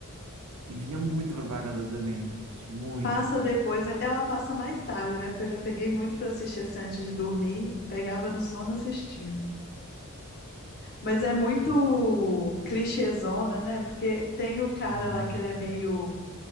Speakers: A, on the right; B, on the left.
A: e vinha muita propaganda do The Mentalist, muita,
B: Passa depois, né? ela passa mais tarde, né? Porque eu já peguei muito pra assistir assim antes de dormir, pegava no sono assistindo. Mas é muito clichêzona, né? Porque tem o cara
A: muito.
B: lá que ele é meio.